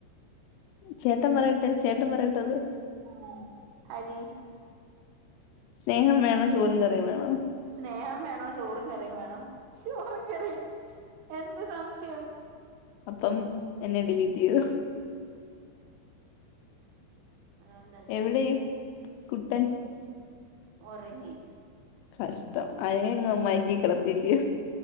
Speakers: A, on the left; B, on the right.
A: ചേട്ടൻ പറയട്ടെ ചേട്ടൻ പറയട്ടെ അത്.
B: ഉം, ഹരി
A: സ്നേഹം വേണോ ചോറും കറിയും വേണോ
B: സ്നേഹം വേണോ ചോറും കറിയും വേണോ ചോറും കറിയും എന്ത സംശയം
A: അപ്പം എന്നെ ഡിലീറ്റ് ചെയ്യോ
B: അതുകൊണ്ടല്ലേ
A: എവിടെ കുട്ടൻ
B: ഒറങ്ങി.
A: കഷ്ടം അയ്നെങ്ങെ മഴകി കിടത്തില്ല യേ